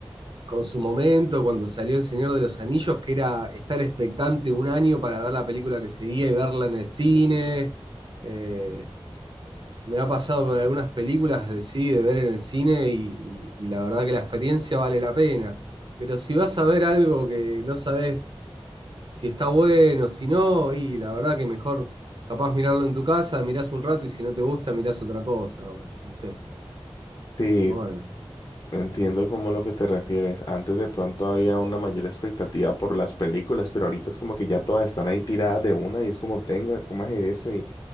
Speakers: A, on the right (about 50°); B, on the left (about 45°).
A: con su momento cuando salió El Señor de los Anillos, que era estar expectante un año para ver la película que seguía y verla en el cine. Eh, me ha pasado con algunas películas de sí, de ver en el cine y, y- y la verdad que la experiencia vale la pena. Pero si vas a ver algo que no sabes si está bueno, si no, y la verdad que mejor capaz mirarlo en tu casa, mirás un rato y si no te gusta, mirás otra cosa, o no sé.
B: Sí,
A: Pero bueno.
B: entiendo como lo que te refieres. Antes de pronto había una mayor expectativa por las películas, pero ahorita es como que ya todas están ahí tiradas de una y es como tenga, comas eso y